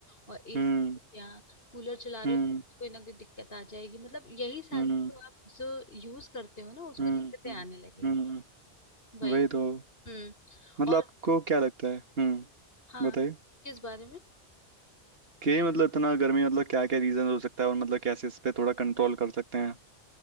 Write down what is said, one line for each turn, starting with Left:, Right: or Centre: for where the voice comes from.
Left: और एसी
Right: हम्म
Left: हो गया कूलर चला रहे
Right: हम्म
Left: हो तो कोई ना कोई दिक्कत आ जाएगी मतलब यही सारे
Right: हम्म
Left: जो आप जो यूज करते हो ना उसमें
Right: हम्म
Left: दिक्कतें आने लगेंगी
Right: हम्म
Left: वही
Right: वही तो
Left: हम्म
Right: मतलब
Left: और
Right: आपको क्या लगता है हम्म
Left: हाँ
Right: बताइए
Left: किस बारे में
Right: कि मतलब इतना गर्मी मतलब क्या क्या रीजन हो सकता है और मतलब कैसे इस पे थोड़ा कंट्रोल कर सकते हैं